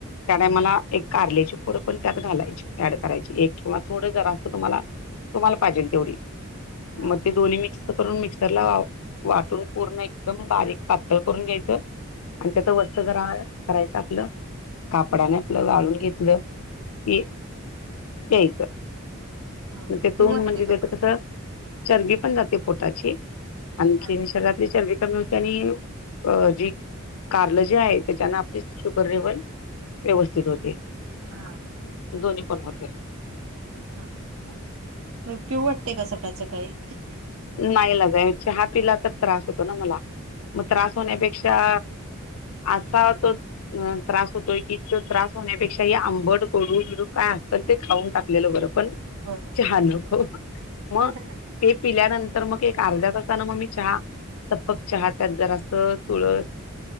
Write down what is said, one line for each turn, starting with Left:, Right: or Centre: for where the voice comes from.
Left: त्या टायमाला
Right: हम्म
Left: एक कारल्याची फोड पण त्यात घालायची, ऍड करायची एक किंवा थोडं जरा असं तुम्हाला तुम्हाला पाहिजे तेवढी
Right: हम्म
Left: मग ते दोन्ही मिक्स करून मिक्सरला वाटून पूर्ण एकदम बारीक पातळ करून घ्यायचं. आणि त्याच वरच जरा करायचं आपलं कापड्याने आपलं गळून घेतलं. ही की प्यायचं.
Right: हा
Left: मग
Right: हा
Left: त्यातन
Right: पिऊ वाटते
Left: म्हणजे त्याचं
Right: का पण
Left: कसं चरबी पण जाते पोटाची, आणखी
Right: अच्छा
Left: शरीरातील चरबी पण त्यांनी अ जी कारल जे आहे त्याच्यानं आपली शुगर लेवल व्यवस्थित होते
Right: हा हा
Left: दोन्ही पण होते.
Right: हा पिऊ वाटतेय का सकाळ सकाळी.
Left: ना इलाज हाय चहा पीला तर त्रास होतो ना मला, मग त्रास
Right: अच्छा
Left: होण्यापेक्षा असा तो अ त्रास होतोय की त्रास होण्यापेक्षा हे आंबड, कोडू, बिडू, काय असतल ते खाऊन टाकलेलं बरं पण
Right: बरं
Left: चहा
Right: होयच
Left: नको
Right: की
Left: मग ते पिल्यानंतर मग एक अर्ध्या तासान मग मी चहा सपक चहा त्यात जरा अस तुळस,